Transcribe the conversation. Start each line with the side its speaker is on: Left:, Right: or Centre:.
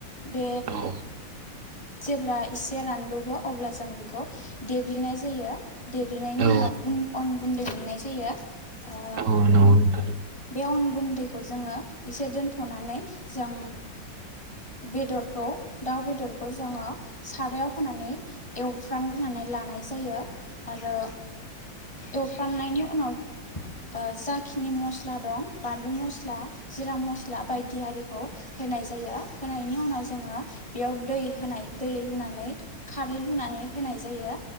Left: बे
Right: औ
Left: जेब्ला एसे रानदबो अब्ला जों बेखौ देग्लिनाय जायो देग्लिनायनि
Right: औ
Left: उनाव गुन अन गुन्दै मोननाय जायो ओ
Right: औ नंगौ नोंथां
Left: बे अन गुन खौ जोङो एसे दोनथनानै जों बेदरखौ दाउ बेदरखौ जोङो सारायाव होनानै एवफ्रामग्रोनानै लानाय जायो आरो एवफ्रामनायनि उनाव ओह जाखिनि मस्ला दं बानलु मस्ला जिरा मस्ला बायदि आरिखौ होनाय जायो होनायनि उनाव जोङो बेयाव दै होनाय दै लुनानै खारै लुनानै होनाय जायो